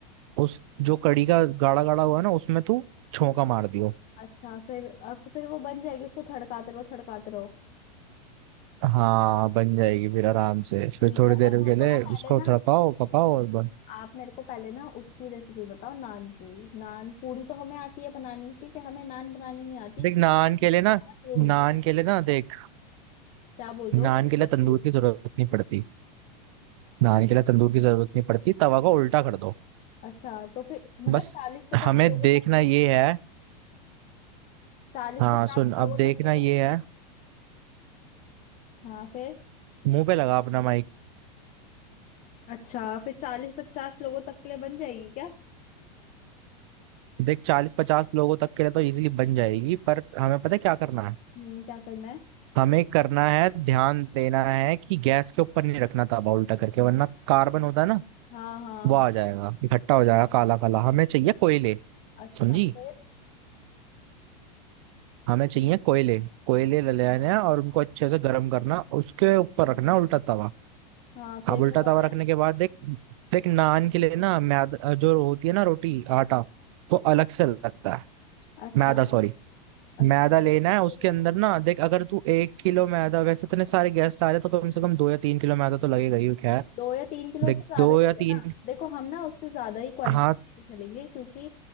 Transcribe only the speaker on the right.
उस जो कड़ी का गाढ़ा गाढ़ा हुआ है ना उसमें तू छौंका मार दियो
हाँ बन जाएगी फिर आराम से फिर
थोड़ी
देर
के
लिए
उसको
तड़काओ पकाओ और बन
देख
नान
के लिए ना
नान
के लिए ना देख
नान
के लिए तंदूर
की जरूरत नहीं पड़ती नहाने के लिए तंदूर की जरूरत नहीं पड़ती तवा को उल्टा कर दो
बस
हमें
देखना
ये है
हाँ
सुन अब
देखना
ये
है
मुंह पे लगा अपना माइक
देख चालीस पचास लोगों तक के लिए तो इजीली बन जाएगी पर हमें पता है क्या करना है
हमें करना है ध्यान देना है कि गैस के ऊपर नहीं रखना तवा उल्टा करके वरना कार्बन होता है ना
वो
आ जाएगा इकट्ठा हो जाएगा काला काला हमें चाहिए कोयले
समझी
हमें चाहिए कोयले कोयले ले लेने हैं और उनको अच्छे से गर्म करना उसके ऊपर रखना उल्टा तवा
अब उल्टा
तवा रखने
के बाद देख देख नान के लिए ना मैदा जो होती है ना रोटी आटा वो अलग से लगता है
मैदा सॉरी
मैदा लेना
है उसके
अंदर
ना देख अगर तू एक किलो मैदा वैसे इतने सारे गेस्ट आ रहे हैं, तो कम से कम दो या तीन किलो मैदा तो लगेगा ही खैर
देख
दो
या
तीन
हाँ